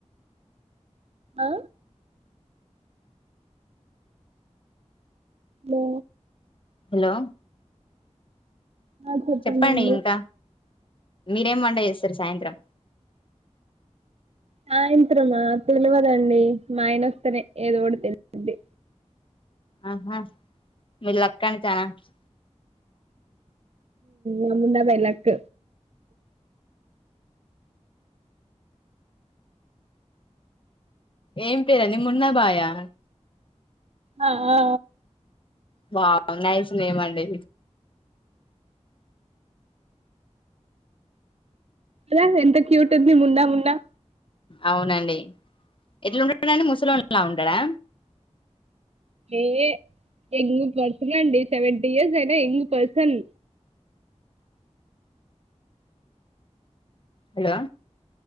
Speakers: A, on the right; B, on the left.
A: ఆ మా
B: హలో
A: ఆ చెప్పడండి
B: చెప్పండి ఇంకా మీరేం వంట చేస్తారు సాయంత్రం
A: సాయంత్రమా తెల్వదండి మా ఆయన వస్తేనే ఏదోటి తెలిసెది
B: ఆహా మీరు లక్ అండి చనాకి
A: నమ్మున్న వెలక్
B: ఏం పేరు అది మున్న బాయా
A: ఆ ఆ
B: వావ్ నైస్ నేమ్ అండి
A: అల ఎంత క్యూట్ ఉంది మున్నా మున్నా
B: అవునండి ఎట్లా ఉంటాడండి ముసళ్ళోలా ఉంటడా
A: ఏ ఎంగ్ పర్సన్ అండి సెవెంటీ ఇయర్స్ అయినా ఎంగ్ పర్సన్
B: హలో